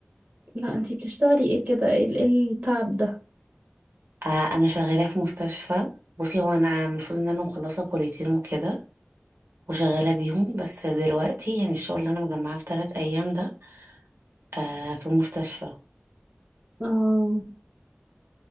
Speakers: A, on the right; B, on the right.
A: لا انتي بتشتغلي ايه كده ايه ال- إيه التعب ده
B: آه انا شغالة في مستشفى بصي هو انا المفروض ان انا مخلصة كليتين وكده وشغالة بيهم بس دلوقتي يعني الشغل اللي انا مجمعاه في تلات ايام ده آه في مستشفى
A: اه